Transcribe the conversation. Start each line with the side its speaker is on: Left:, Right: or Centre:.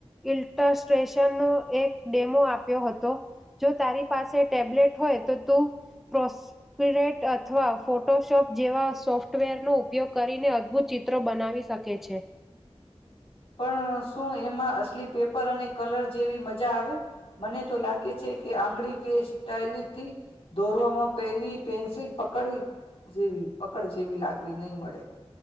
Centre: ઇલ્ટસ્ટ્રેશનનો એક ડેમો આપ્યો હતો. જો તારી પાસે ટેબ્લેટ હોય તો તું પ્રોસ્પિરેટ અથવા ફોટોશોપ જેવા સોફ્ટવેરનો ઉપયોગ કરીને અદભુત ચિત્રો બનાવી સકે છે.
Left: પણ શું એમાં એટલી પેપર અને કલર જેવી મજા આવે? મને તો લાગે છે કે આંગળી કે ટાયલીથી દોરવામાં પેલી પેન્સિલ પકડ જેવી પકડ જેવી લાગણી નહીં મળે.